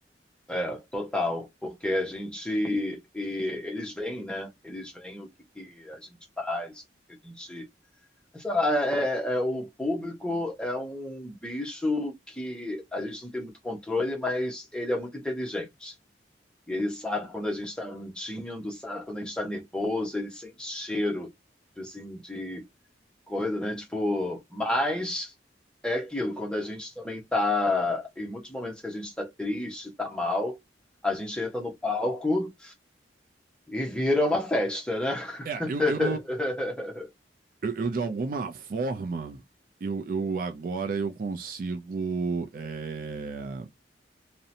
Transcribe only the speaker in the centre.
É, total, porque a gente, e eles veem, né? Eles veem o que, que a gente faz, o que que a gente. Sei lá, é- é- é, o público é um bicho que a gente não tem muito controle, mas ele é muito inteligente. E ele sabe quando a gente está mentindo, sabe quando a gente está nervoso, ele sente cheiro, tipo assim, coisa, né? Tipo, mas é aquilo, quando a gente também tá, em muitos momentos que a gente tá triste, tá mal, a gente entra no palco e vira uma festa, né? <laughs>